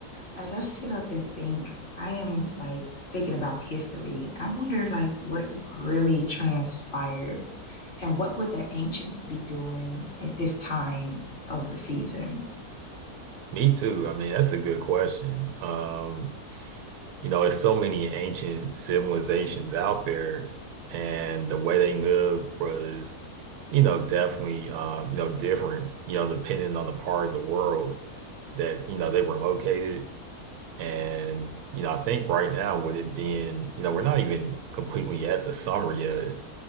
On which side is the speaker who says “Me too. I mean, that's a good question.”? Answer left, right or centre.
Right